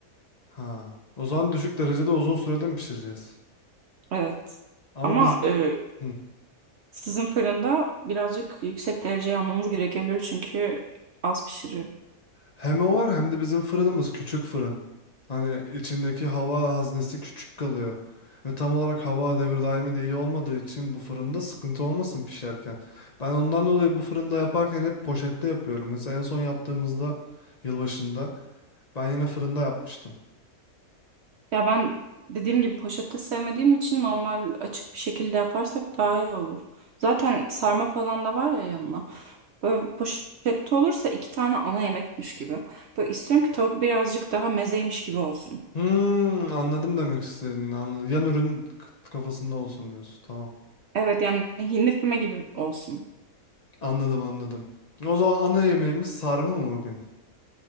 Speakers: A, on the left; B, on the right.
A: Ha. O zaman düşük derecede uzun sürede mi pişireceğiz?
B: Evet.
A: Ama
B: Ama
A: biz
B: e,
A: Hı.
B: sizin fırında birazcık yüksek dereceye almamız gerekebilir çünkü az pişiriyor.
A: Hem o var hem de bizim fırınımız küçük fırın. Hani içindeki hava haznesi küçük kalıyor. Ve tam olarak hava devir daimi de iyi olmadığı için bu fırında sıkıntı olmasın pişerken. Ben ondan dolayı bu fırında yaparken hep poşette yapıyorum. Mesela en son yaptığımızda yılbaşında ben yine fırında yapmıştım.
B: Ya ben dediğim gibi poşette sevmediğim için normal açık bir şekilde yaparsak daha iyi olur. Zaten sarma falan da var ya yanına. Böyle poşette olursa iki tane ana yemekmiş gibi. Böyle istiyorum ki tavuk birazcık daha mezeymiş gibi olsun.
A: Hmm, anladım demek istediğini. Anladım. Yan ürün k- kafasında olsun diyorsun. Tamam.
B: Evet yani hindi füme gibi olsun.
A: Anladım anladım. O zaman ana yemeğimiz sarma mı bugün?